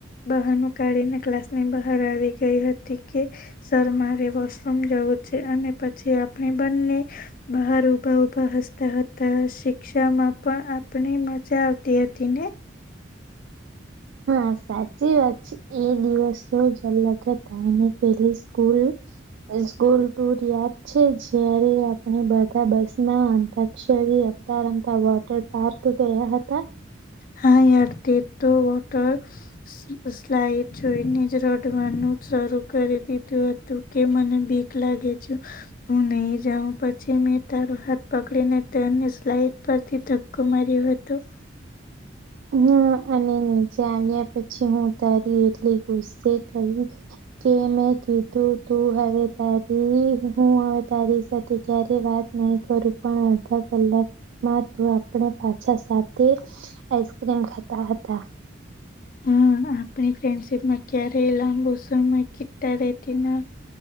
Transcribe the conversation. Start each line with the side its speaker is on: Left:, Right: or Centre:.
Left: બહનું કાઢી ને ક્લાસ ની બહાર આવી ગઈ હતી કે સર મારે વોશરૂમ જવું છે અને પછી આપણે બંને બાર ઉબા ઉભા હસ્તા હતા શીખ ક્ષમા પણ આપણે મજા આવતી હતી ને
Right: હા સાચી વાત છે એ દિવસ તો જ અલગ હતા પેલી સ્કૂલ સ્કૂલ ટુર યાદ છે જયારે આપણે બધા બસમાં અતાક્ષરી રમતા રમતા વોટર પાર્ક ગયા હતા.
Left: હા યાર તે તો વોટર સ-સ્લાઈડ જોઈને જ રડવાનું શરુ કરી દીધું હતું કે મને બીક લાગે જ હું નહી જાઉં પછી મે તારો હાથ પકડીને તેને સ્લાઈડ પરથી ધક્કો માર્યો હતો.
Right: <unintelligible> હમ્મ અને નીચે આવ્યા પછી હું તારી એટલી ગુસ્સે થઈ. કે મેં કીધું તું હવે તારી હું હવે તારી સાથે ક્યારે વાત નહી કરું પણ અડધા કલાકમાં તો આપ <unintelligible> પાછા સાથે આઈસક્રીમ ખાતા હતા.
Left: હમ્મ આપણી ફ્રેન્ડશીપમાં ક્યારેય લાંબો સમય કિટ્ટા રહેતીના